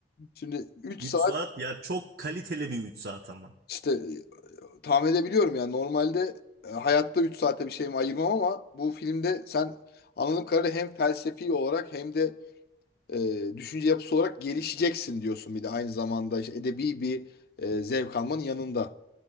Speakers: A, on the left (about 60°); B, on the right (about 55°).
A: Şimdi 3
B: Üç
A: saat
B: saat ya çok kaliteli bir 3 saat ama.
A: işte e, tahmin edebiliyorum yani normalde e, hayatta 3 saate bir şeyimi ayırmam ama bu filmde sen anladığım kadarıyla hem felsefi olarak hem de e, düşünce yapısı olarak gelişeceksin diyorsun bir de aynı zamanda işte edebi bir e, zevk almanın yanında.